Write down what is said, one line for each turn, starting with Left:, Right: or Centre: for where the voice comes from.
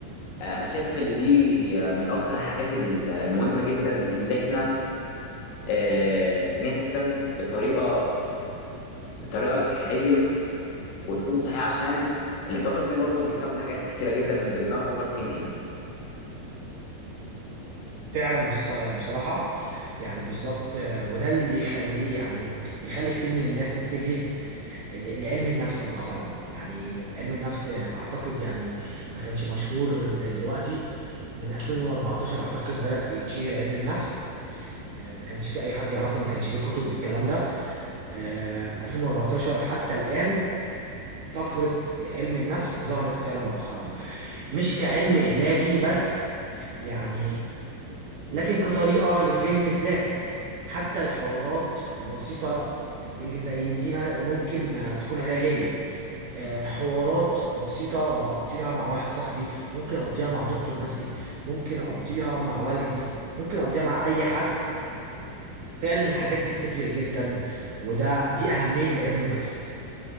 Left: آه، أنا شايف إن دي آه، من أكتر الحاجات ال- المهمة جدا اللي إحنا آه، نحزن بطريقة بطريقة صحية وتكون صحية عشان الحزن برضو بيسبب حاجات كتيرة جدا من ضمنها الأوفر ثينكينج
Right: فعلا بص... بصراحه يعني بالظبط آه، وده اللي بيخليه يعني بيخلي كتير من الناس تتجه ل- لعلم النفس مؤخرا يعني علم النفس اعتقد يعني ما كانش مشهور زي دلوقتي من 2014 اعتقد بدأ يتشهر علم النفس آه، ما كانش في اي حد يعرفه ما كانش ليه كتب بالكلام ده آه، 2014 حتى الآن طفرة علم النفس ظهرت فعلا مؤخرا مش كعلم علاجي بس يعني لكن كطريقة لفهم الذات حتى الحوارات البسيطة اللي زي دي ممكن تكون علاجية آه، حوارات بسيطة بقضيها مع واحد صاحبي ممكن أقضيها مع دكتور نفسي ممكن أقضيها مع والدي ممكن أقضيها مع أي حد فعلا الحاجات دي بتفرق جدا وده دي أهمية علم النفس